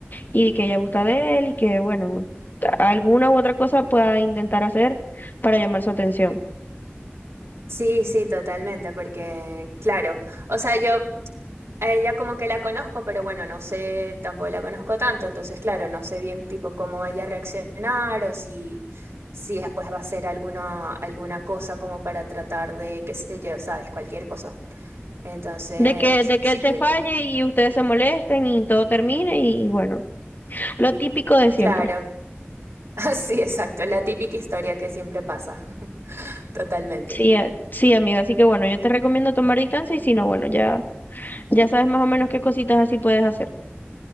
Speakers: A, on the left (about 45°); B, on the right (about 85°).
A: y que ella gusta de él y que, bueno, a- alguna u otra cosa pueda intentar hacer para llamar su atención.
B: Sí, sí, totalmente, porque claro. O sea, yo A ella como que la conozco, pero bueno, no sé, tampoco la conozco tanto, entonces claro, no sé bien tipo cómo vaya a reaccionar o si, si después va a hacer alguna, alguna cosa como para tratar de, qué sé yo, sabes, cualquier cosa. Entonces,
A: De que, de que
B: sí,
A: él te falle y ustedes se molesten y todo termine y, y bueno, lo típico de siempre.
B: claro, <laughs> sí, exacto, la típica historia que siempre pasa, <laughs> totalmente.
A: Sí, a- sí, amiga, así que bueno, yo te recomiendo tomar distancia y si no, bueno, ya, ya sabes más o menos qué cositas así puedes hacer.